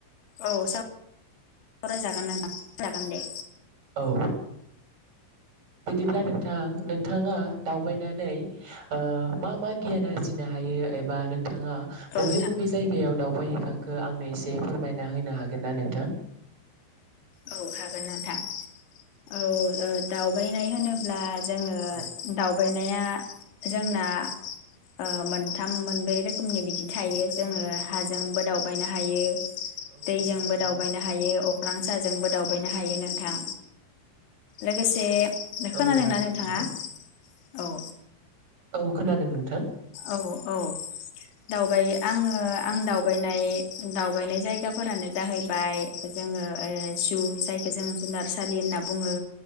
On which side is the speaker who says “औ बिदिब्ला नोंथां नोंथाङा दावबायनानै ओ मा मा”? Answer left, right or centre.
Right